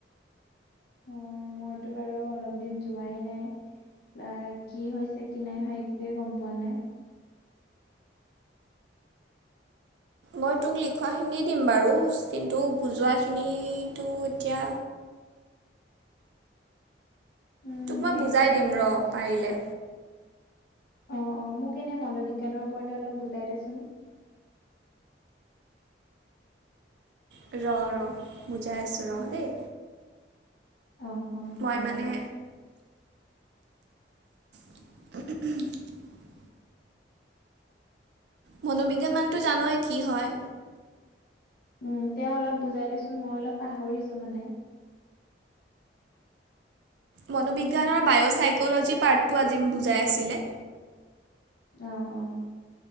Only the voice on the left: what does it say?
অ মইতো বাৰু অলপ দিন যোৱাই নাই কি হৈছে কি নাই হয় একোৱে গম পোৱা নাই
উম
সেইটোৱে
বাৰু
অ', অ', মোক এনে মনোবিজ্ঞানৰ ওপৰতে অলপ বুজাই দেচোন।
অহ', অহ', হ'ব
বাৰু।
উম, তেওঁ অলপ বুজাই দেচোন মই অলপ পাহৰিছো মানে।
অ, অহ।